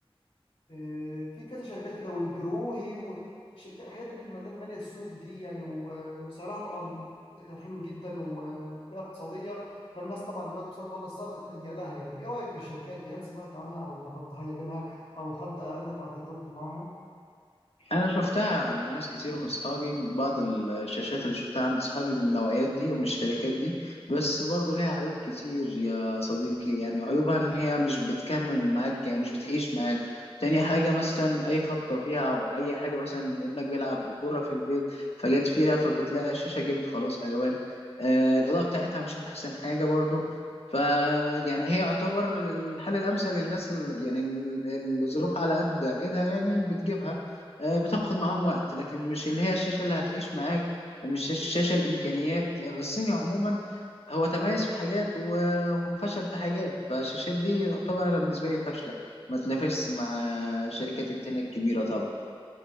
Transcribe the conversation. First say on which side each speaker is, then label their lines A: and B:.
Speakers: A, on the left; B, on the left.
A: آه، في كذا شركات كده والجروهي والشركات الحاجات اللي مليانة- ماليه السوق دي يعني وسعرها طبعا آه، حلو جدا وفيها اقتصاديه فالناس طبعا دلوقتي بسبب الوضع الصعب بتلجأ لها يعني ايه رايك في الشركات دي هل سمعت عنها او جربت حاجه منها او حد قال لك على تجربته معاها
B: انا شفتها عند ناس كتير من اصحابي بعض الشاشات اللي شفتها عند اصحابي من النوعيات دي ومن الشركات دي بس برضو ليها عيوب كتير يا صديقي يعني عيوبها ان هي مش بتكمل معاك يعني مش بتعيش معاك تاني حاجة مثلا أي خبطة فيها أو أي حاجة مثلا ابنك بيلعب بكورة في البيت فجت فيها فبتلاقي الشاشة جابت خلاص ألوان آه الإضاءة بتاعتها مش أحسن حاجة برضو فيعني هي يعتبر الحل الأمثل للناس ال- يعني ال- الظروف على قد إيدها يعني بتجيبها آه، بتاخد معاهم وقت لكن مش اللي هي الشاشة اللي هتعيش معاك مش الشاشة الإمكانيات آه، الصيني عموما هو تميز في حاجات و- وفشل في حاجات فالشاشات دي طبعا أنا بالنسبة لي فاشلة ما تنافسش مع الشركات التانية الكبيرة طبعا